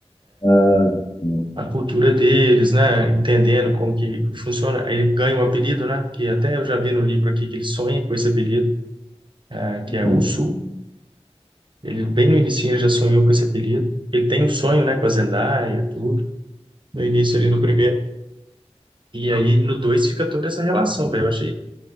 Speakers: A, on the left; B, on the right.
A: Ah, sim,
B: a cultura deles, né? Entendendo como que funciona. Aí Ele ganha um apelido, né? Que até eu já vi no livro aqui que ele sonha com esse apelido, eh, que é
A: sim.
B: Usu. Ele bem no início ele já sonhou com esse apelido. Ele tem um sonho, né, com a Zendaya, tudo. No início ali no primeiro. E aí no dois fica toda essa relação, velho. Eu achei